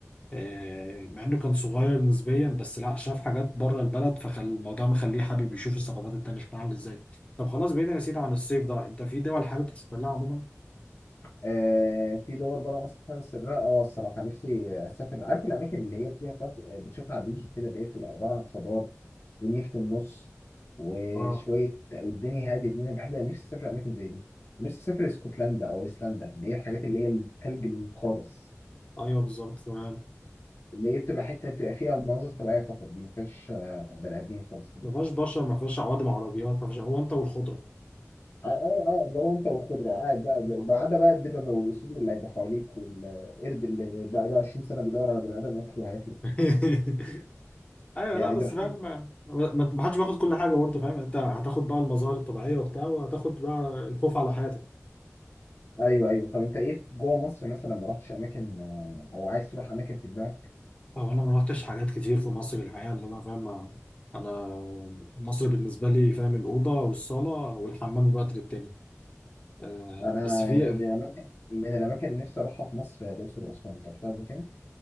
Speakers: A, on the left (about 25°); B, on the left (about 50°).
A: آه، مع انه كان صغير نسبيا بس لا شاف حاجات بره البلد فخل الموضوع مخليه حابب يشوف الثقافات التانيه شكلها عامل ازاي طب خلاص بعيدا يا سيدي عن الصيف ده انت في دول حابب تسافر لها عموما
B: آه في دول بره مصر حابب اسافرها اه الصراحه نفسي اسافر عارف الاماكن اللي هي فيها بقى- آه، بتشوفها على البيج كده اللي هي بتبقى عباره عن خضار ونيل في النص وشويه
A: اه
B: والدنيا هاديه دي انا بحب نفسي اسافر اماكن زي دي نفسي اسافر اسكتلندا او ايسلندا اللي هي الحاجات اللي هي الثلج القارص
A: ايوه بالظبط تمام
B: اللي هي بتبقى حته بتبقى فيها مناظر طبيعيه فقط دي ما فيهاش آه، بني ادمين خالص دي
A: ما فيهاش بشر ما فيهاش عوادم عربيات ما فيهاش هو انت والخضره
B: اه اه آه، لو انت والخضره قاعد بقى
A: آه.
B: بعد بقى الدببه والاسود اللي هيبقى حواليك والقرد اللي بقى له 20 سنه بيدور على بني ادم ياكله وهياكله
A: <laughs> ايوه
B: يعني
A: لا بس
B: ده الحين
A: فاهم ما ما- ما حدش بياخد كل حاجه برضه فاهم انت هتاخد بقى المظاهر الطبيعيه وبتاع وهتاخد بقى الخوف على حياتك
B: ايوه ايوه طب انت ايه جوه مصر مثلا ما رحتش اماكن آه، او عايز تروح اماكن في دماغك
A: هو انا ما رحتش حاجات كتير في مصر الحقيقه اللي انا فاهم انا مصر بالنسبه لي فاهم الاوضه والصاله والحمام الوقت للتاني آه
B: انا
A: بس في
B: من الاماكن من الاماكن اللي نفسي اروحها في مصر هي الاقصر واسوان انت رحتها قبل كده؟